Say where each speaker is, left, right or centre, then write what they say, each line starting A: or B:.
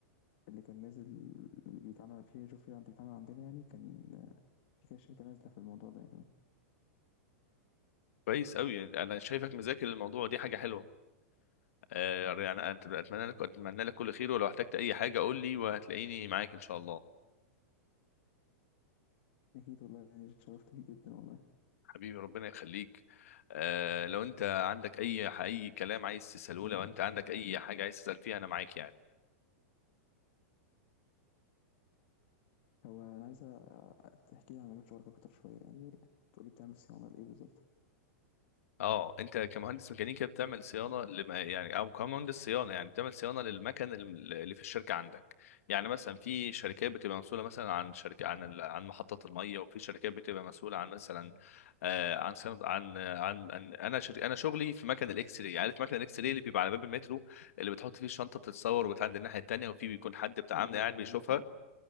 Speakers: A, on the left; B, on the left.
A: اللي كان نازل اللي بيتعمل في جوب فير عند بيتعمل عندنا يعني كان في كده شركة نازلة في الموضوع ده يعني فاهم
B: كويس قوي انا شايفك مذاكر الموضوع دي حاجه حلوه آه يعني أت- اتمنى لك اتمنى لك كل خير ولو احتجت اي حاجه قول لي وهتلاقيني معاك ان شاء الله
A: أكيد والله يعني اتشرفت بيه جدا والله
B: حبيبي ربنا يخليك آه لو انت عندك اي اي كلام عايز تساله
A: أيوه
B: لو انت عندك اي حاجه عايز تسال فيها انا معاك يعني
A: هو أنا عايز تحكي لي عن مجال شغلك أكتر شوية يعني تقولي بتعمل صيانة لإيه بالظبط؟
B: اه انت كمهندس ميكانيكا بتعمل صيانه لما يعني او كمهندس صيانه يعني بتعمل صيانه للمكن الم- اللي في الشركه عندك يعني مثلا في شركات بتبقى مسؤوله مثلا عن شركه عن ال- عن محطه الميه وفي شركات بتبقى مسؤوله عن مثلا آه، عن صيانه عن عن عن- انا شر... انا شغلي في مكن الاكس راي عارف مكن الاكس راي اللي بيبقى على باب المترو اللي بتحط فيه الشنطه بتتصور وبتعدي الناحيه التانيه وفي بيكون حد بتاع
A: ايوه
B: امن قاعد
A: ايوه
B: بيشوفها
A: عارفه